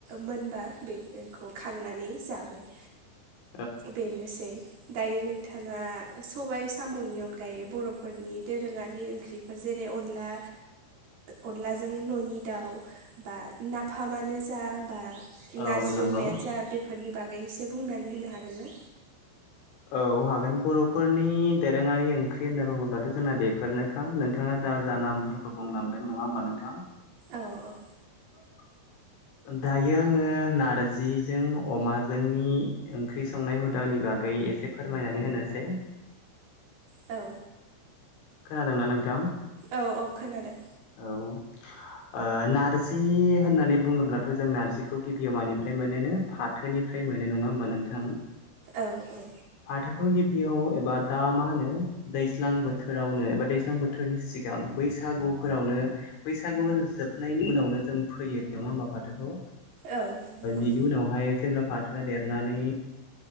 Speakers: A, on the right; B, on the left.
A: मोनबा बेखौ खांनानै जाबाय
B: <inaudible>
A: बेनोसै दायो नोंथाङा सबायाइ साम'नि अनगायै बर'फोरनि दोरोङारि ओंख्रिफोर जेरै अनला अनलाजों न'नि दाउ बा नाफामानो जा बा
B: औ
A: नारजि
B: नंगौ
A: अमायानो जा बेफोरनि बागै एसे बुंनानै होनो हागोन ना
B: औ हागोन बर'फोरनि दोरोङारि ओंख्रि होनना बुङोब्लाथ' जोंना बेफोरनोखा नोंथाङा जा जा नामफोरखौ बुंलांदों नङा होमबा नोंथां
A: औ औ
B: <inaudible> दायो आङो नारजिजों अमाजोंनि ओंख्रि संनाय हुदानि बागै ए एसे फोरमायनानै होनोसै
A: औ
B: खोनादोंना नोंथां
A: औ औ खोनादों
B: औ नारजि होननानै बुङोब्लाथ' जों नारजिखौ गिबियाव मानिफ्राय मोनोनो फाथ थोनिफ्राय मोनो नङा होमबा नोंथां
A: औ औ
B: फाथोखौ गिबियाव एबा दा मा होनो दैस्लां बोथोर बोथोरावनो एबा दैज्लां बोथोरनि सिगां बैसागुफोरावनो बैसागु जोबनायनि उनावनो जों फैयो नङा होमबा फाथोखौ
A: औ नंगौ
B: बिनि उनावहाय जेब्ला फाथोआ देरनानै